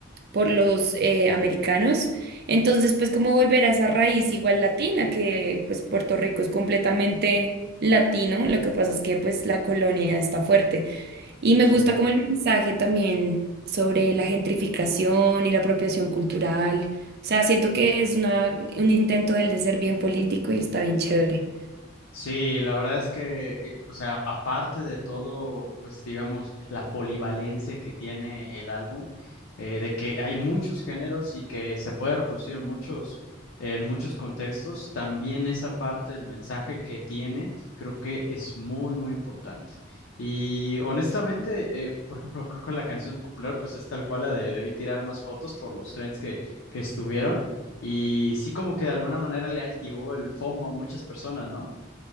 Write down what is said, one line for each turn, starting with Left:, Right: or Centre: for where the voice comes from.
Right: por los eh, americanos, entonces pues como volver a esa raíz igual latina, que pues Puerto Rico es completamente latino, lo que pasa es que pues la colonia está fuerte. Y me
Left: Sí.
Right: gusta como el mensaje también sobre la gentrificación y la apropiación cultural. O sea, siento que es una, un intento del de ser bien político y está bien chévere.
Left: Sí, la verdad es que, eh, o sea, aparte de todo, pues digamos, la polivalencia que tiene el álbum, eh, de que hay muchos géneros y que se puede reproducir en muchos, en muchos contextos, también esa parte del mensaje que tiene, creo que es muy, muy importante. Y honestamente, eh, por ejemplo, creo que la canción popular, pues es tal cual la de Debí tirar más fotos por los trends que, que estuvieron. Y sí, como que de alguna manera le activó el FOMO a muchas personas, ¿no?